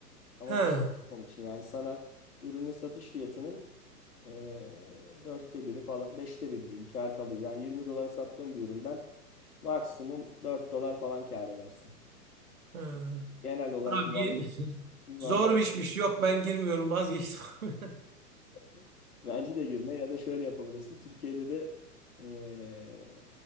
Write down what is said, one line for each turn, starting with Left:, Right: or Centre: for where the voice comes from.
Left: Amazon.com
Right: He,
Left: için yani sana ürünün satış fiyatının eee dörtte biri falan, beşte biri diyeyim kar kalıyor. Yani 20 dolara sattığın bir üründen maksimum 4 dolar falan kar edersin.
Right: he.
Left: Genel olarak
Right: Abi
Left: yuvar,
Right: <laughs>
Left: yuvarlayarak
Right: zor bir işmiş. Yok ben girmiyorum vazgeçtim. <laughs>
Left: <laughs> bence de girme ya da şöyle yapabilirsin. Türkiye'de de eee,